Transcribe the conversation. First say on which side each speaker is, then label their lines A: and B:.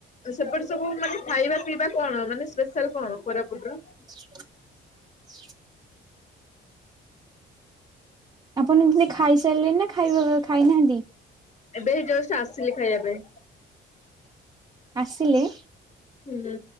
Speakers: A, on the left (about 35°); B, on the right (about 20°).
A: ସେପଟେ ସବୁ ମାନେ ଖାଇବା ପିଇବା କଣ ମାନେ ସ୍ପେଶାଲ କଣ କୋରାପୁଟର।
B: <inaudible> ଆପଣ ଦିଦି ଖାଇସାରିଲେଣି ନା ଖାଇବା ଖାଇନାହାନ୍ତି।
A: ଏବେ ଏଇ ଯୋଷ୍ଟ ଆସିଲି ଖାଇବା ପାଇଁ।
B: ଆସିଲେ
A: ହୁଁ।